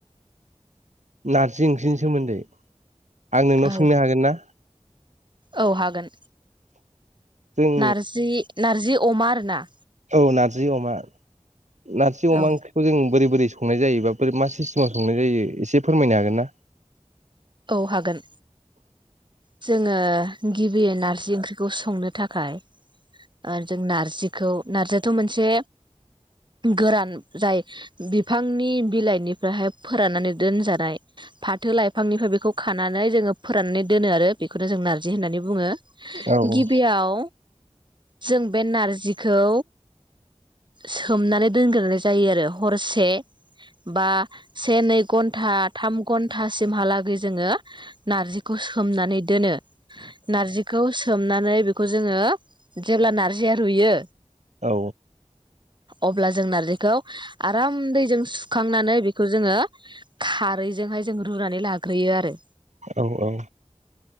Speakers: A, on the right (about 80°); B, on the right (about 40°).
A: नारजि ओंख्रिनि सोमोन्दै। आं नोंनाव
B: औ
A: सोंनो हागोन ना?
B: औ हागोन
A: जों
B: नारजि नारजि। अमा आरोना
A: औ नारजि अमा नारजि अमा
B: औ
A: ओंख्रिखौ जों बोरै बोरै संनाय जायोबा मा सिस्टेमाव संनाय जायो एसे फोरमायनो हागोन ना?
B: औ हागोन। जोङो गिबियो नारजि ओंख्रि खौ संनो थाखाय ओ जों नारजिखौ नारजियाथ' मोनसे गोरान जाय बि फांनि बिलाइनिफ्रायाहाय फोराननानै दोनजानाय फाथो लाइ फांनिफ्राय बेखौ खानानै जोङो फोराननानै दोनो आरो बेखौनो जों नारजि होननानै बुङो
A: औ औ
B: गिबियाव जों बे नारजिखौ सोमनानै दोनग्रोनाय जायो आरो हरसे बा से नै घन्टा थाम घन्टा सिमहालागै जोङो नारजिखौ सोमनानै दोनो नारजिखौ सोमना नै बेखौ जोङो जेब्ला नारजिया रुयो
A: औ
B: अब्ला जों नारजिखौ आराम दैजों सुखांनानै बेखौ जोङो खारैजोंहाय जोङो रुनानै लाग्रोयो आरो
A: औ औ